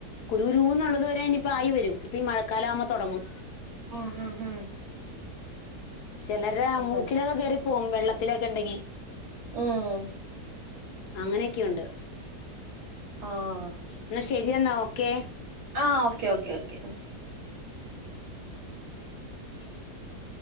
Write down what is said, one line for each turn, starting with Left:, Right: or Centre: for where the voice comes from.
Left: കുരുരുന്നൊള്ളത് വരെ ഇനിയിപ്പോ ആയി വരും ഇപ്പൊ ഈ മഴക്കാലം ആവുമ്പ തുടങ്ങും
Right: ഉം ഹും ഹും
Left: ചിലരടെ
Right: അങ്ങനെ
Left: മൂക്കിലൊക്കെ കേറി- പോവും വെള്ളത്തിലൊക്കെണ്ടെങ്കി
Right: ഉം
Left: അങ്ങനെയൊക്കെയുണ്ട്
Right: ആഹ്
Left: എന്ന ശരിയെന്നാ ഒ- ക്കേ
Right: ആ ഓക്കേ ഓക്കേ ഓക്കെ
Left: <unintelligible>